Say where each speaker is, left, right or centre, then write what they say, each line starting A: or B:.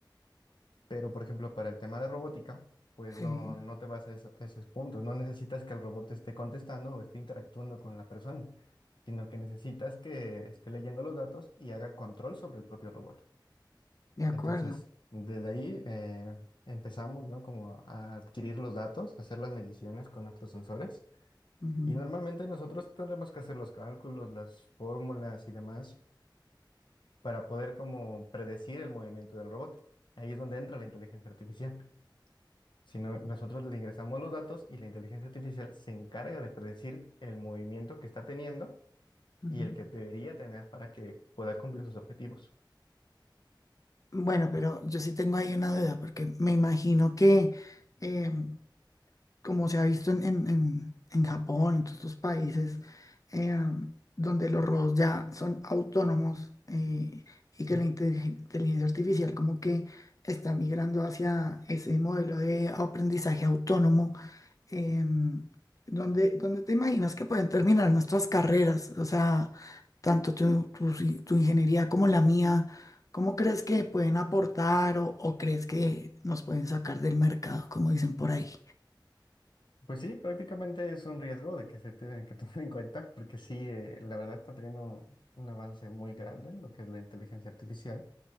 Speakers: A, on the left; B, on the left.
A: Pero, por ejemplo, para el tema de robótica, pues
B: sí,
A: no, no te vas a, eso- a esos puntos. No necesitas que el robot esté contestando o esté interactuando con la persona, sino que necesitas que esté leyendo los datos y haga control sobre el propio robot.
B: de acuerdo.
A: Entonces, desde ahí eh, empezamos, ¿no? Como a adquirir los datos, hacer las mediciones con nuestros sensores
B: Ujú,
A: y normalmente nosotros tenemos que hacer los cálculos, las fórmulas y demás para poder como predecir el movimiento del robot. Ahí es donde entra la inteligencia artificial. Si no, nosotros le ingresamos los datos y la inteligencia artificial se encarga de predecir el movimiento que está teniendo
B: ujú.
A: y el que debería tener para que pueda cumplir sus objetivos.
B: Bueno, pero yo sí tengo ahí una duda, porque me imagino que... em, como se ha visto en, en, en- en Japón, en todos estos países, eh, donde los robots ya son autónomos eh, y que
A: Sí.
B: la inte- inteligencia artificial como que está migrando hacia ese modelo de aprendizaje autónomo, eh, donde, donde te imaginas que pueden terminar nuestras carreras, o sea, tanto tu, tu si- tu ingeniería como la mía. ¿Cómo crees que pueden aportar o o crees que nos pueden sacar del mercado, como dicen por ahí?
A: Pues sí, prácticamente es un riesgo de que se tiene que <laughs> tomar en cuenta, porque sí, eh, la verdad está teniendo un avance muy grande en lo que es la inteligencia artificial.